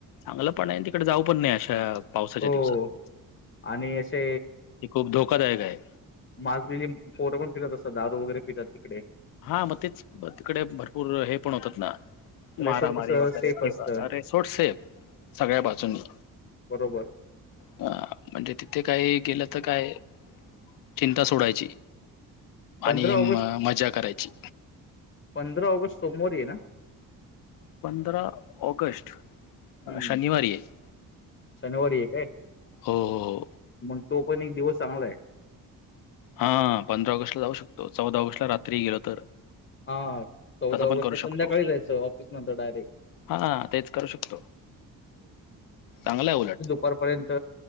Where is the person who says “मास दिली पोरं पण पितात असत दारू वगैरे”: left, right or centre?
Left